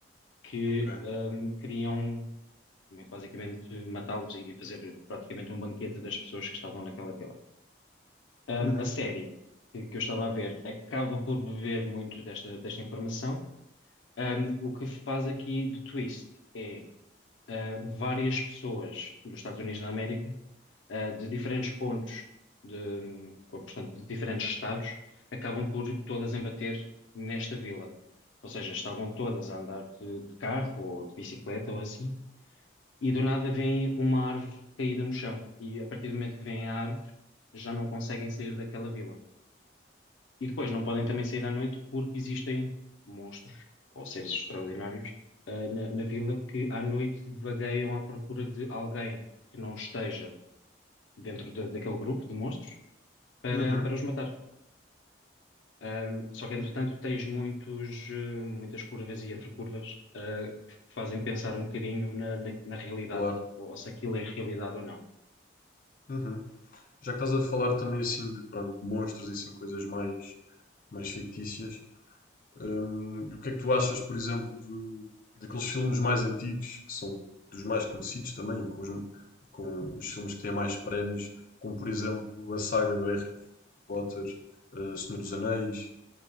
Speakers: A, on the left (about 90°); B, on the left (about 45°).
A: que
B: ok.
A: ahm, queriam, muito basicamente, matá-los e e fazer praticamente um banquete das pessoas que estavam naquela vila. Ahm,
B: Uhum.
A: a série que, que eu estava a ver acaba por beber muito desta, desta informação. Ahm, o que faz aqui de twist é ah, várias pessoas dos Estados Unidos da América, ah, de diferentes pontos, de, ou, portanto, de diferentes estados, acabam por todas embater nesta vila. Ou seja, estavam todas a andar de, de carro ou de bicicleta ou assim, e do nada vem uma árvore caída no chão. E a partir do momento que vem a árvore, já não conseguem sair daquela vila. E depois não podem também sair à noite porque existem monstros ou seres extraordinários ah, na, na vila que à noite vagueiam à procura de alguém que não esteja dentro da- daquele grupo de monstros para,
B: Uhum,
A: para os matar. Ahm, só que entretanto tens muitos, eh, muitas curvas e entre curvas ah, que fazem pensar um bocadinho na, na, na realidade
B: claro.
A: ou, ou se aquilo é realidade ou não.
B: Uhum. Já que estás a falar também assim de, pronto, de monstros e assim coisas mais, mais fictícias, hum, o que é que tu achas, por exemplo, de, daqueles filmes mais antigos, que são dos mais conhecidos também, e com os, e com os filmes que têm mais prémios, como por exemplo a saga do Harry Potter, eh, Senhor dos Anéis.